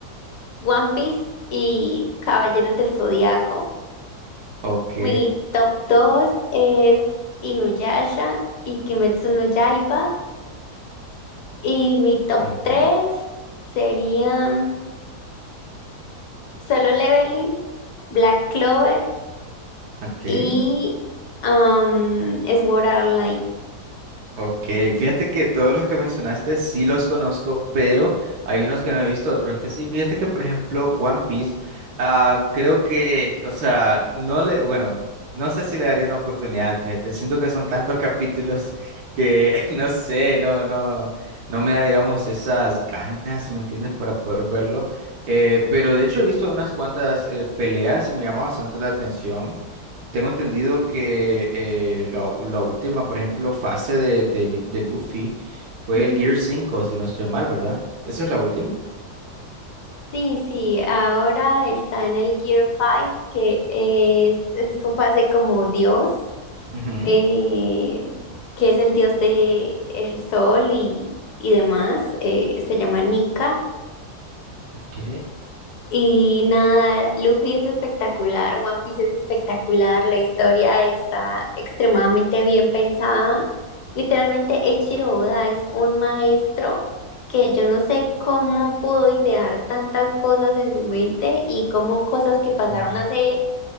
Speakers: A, on the left; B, on the right.
A: One Piece y Caballeros del Zodiaco.
B: Ok.
A: Mi top 2 es Inuyasha y Kimetsu no Yaiba. Y mi top
B: Ujú.
A: 3 serían Solo Leveling, Black Clover
B: Ok.
A: y um, Sword Art Online.
B: Ok, fíjate que todos los que mencionaste sí los conozco, pero hay unos que no he visto, otros que sí. Fíjate que, por ejemplo, One Piece, ah, creo que, o sea, no le, bueno, no sé si le daría una oportunidad, fíjate, siento que son tantos capítulos <laughs> que, <laughs> no sé, no, no, no me da, digamos, esas ganas, ¿me entiendes?, para poder verlo. Eh, pero de hecho he visto unas cuantas eh, peleas y me llama bastante la atención. Tengo entendido que eh, la, u- la última, por ejemplo, fase de, de, de Luffy fue
A: Ujú.
B: el Gear cinco, si no estoy mal, ¿verdad? ¿Esa es la última?
A: Sí, sí, ahora está en el Gear 5, que es es su fase como Dios.
B: Ujú.
A: eh, que es el dios de el sol y, y demás, eh, se llama Nika.
B: Ok.
A: Y nada, Luffy es espectacular, One Piece es espectacular, la historia está extremadamente bien pensada. Literalmente, Eiichiro Oda es un maestro que yo no sé cómo pudo idear tantas cosas en su mente y cómo cosas que pasaron
B: Ujú.
A: hace